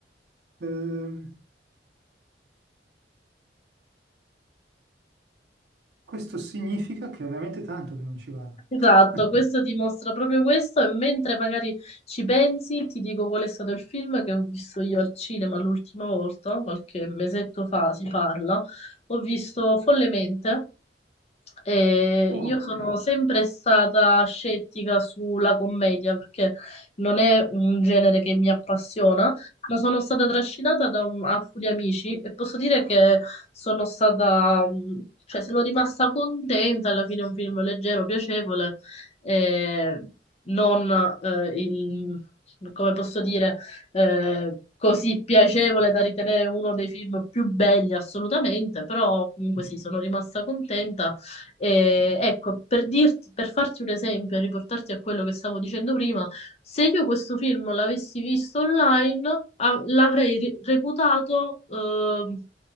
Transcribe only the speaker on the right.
Ehm, Questo significa che è veramente tanto che non ci vado.
<laughs>
Oh,
come-